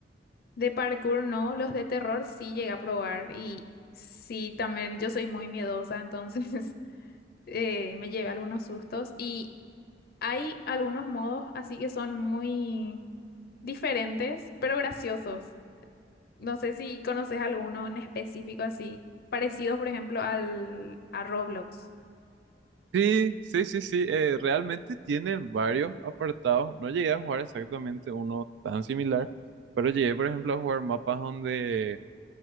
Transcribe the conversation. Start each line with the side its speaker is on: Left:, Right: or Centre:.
Left: De parkour no, los de terror sí llegué a probar y sí, también yo soy muy miedosa, entonces <laughs> eh, me llevé algunos sustos y hay algunos modos así que son muy diferentes, pero graciosos. No sé si conoces alguno en específico así, parecido por ejemplo al a Roblox.
Right: Sí, sí, sí, sí. eh, realmente tienen varios apartados. No llegué a jugar exactamente uno tan similar, pero llegué, por ejemplo, a jugar mapas donde